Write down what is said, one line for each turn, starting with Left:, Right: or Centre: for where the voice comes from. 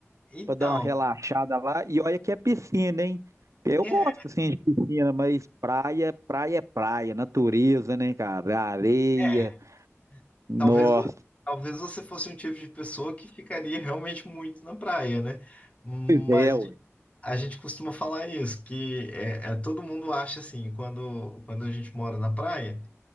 Left: Então,
Right: pra dar uma relaxada lá. E olha que é piscina, hein? Eu
Left: é,
Right: gosto assim de piscina, mas praia, praia é praia, natureza, né, cara? Areia.
Left: é.
Right: Nossa,
Left: talvez, vo- talvez você fosse um tipo de pessoa que ficaria realmente muito na praia, né? Mas
Right: pois é, ué.
Left: a gente costuma falar isso, que é, é- todo mundo acha assim, quando, quando a gente mora na praia,